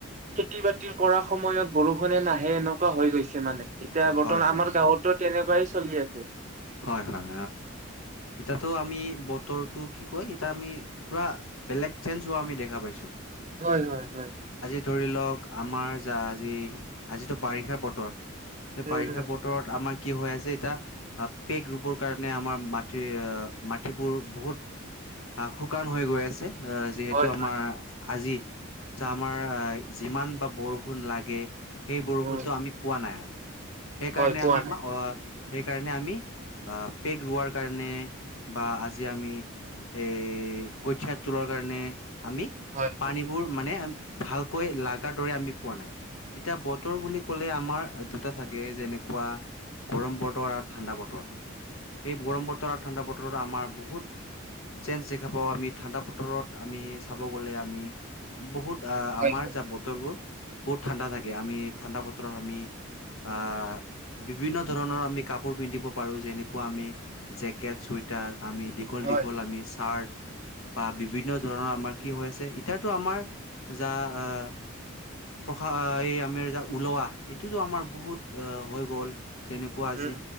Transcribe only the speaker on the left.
হয় হয়
হয়, হয়। এতিয়াতো আমি বতৰটো, কি কয়, এতা আমি পুৰা বেলেগ চেঞ্জ হোৱা আমি দেখা পাইছোঁ।
ধৰি লওক, আমাৰ যা আজি, আজিতো বাৰিষাৰ বতৰ। এই
বাৰিষা
বতৰত আমাৰ কি হৈ আছে এতিয়া পেক ৰুবৰ কাৰণে, আমাৰ মাটি আহ মাটিবোৰ বহুত আহ, শুকান হৈ গৈ আছে। অ', যিহেতু
আমাৰ আজি চা আমাৰ যিমান বা বৰষুণ লাগে সেই বৰষুণটো
আমি পোৱা নাই। সেইকাৰণে
আমি <unintelligible>
সেইকা আমি, আহ, পেক ৰোৱাৰ কাৰণে বা আজি আমি এ, কঠিয়াত তোলাৰ কাৰণে, আমি
পানীবোৰ, মানে আ ভালকৈ লাগাৰ দৰে আমি পোৱা নাই। এতিয়া বতৰ বুলি ক'লে, আমাৰ দুটা থাকে, যেনেকুৱা গৰম বতৰ আৰু ঠাণ্ডা বতৰ। সেই গৰম বতৰ আৰু ঠাণ্ডা বতৰত আমাৰ বহুত চেঞ্জ দেখা পাওঁ আমি। ঠাণ্ডা বতৰত, আমি চাব গ'লে, আমি বহুত অ',
আমাৰ যা বতৰবোৰ বহুত ঠাণ্ডা থাকে। আমি ঠাণ্ডা বতৰত, আমি আহ, বিভিন্ন ধৰণৰ আমি কাপোৰ পিন্ধিব পাৰোঁ, যেনেকুৱা আমি জেকেট, চুৱেটাৰ, আমি দীঘল
দীঘল আমি চাৰ্ট বা
বিভিন্ন ধৰণৰ, আমাৰ কি হৈ আছে এতিয়াতো, আমাৰ যা, আহ প্ৰসা, এই আমিৰ যা ওলোৱা, এইটোতো আমাৰ বহুত হৈ গ'ল। যেনেকুৱা আজি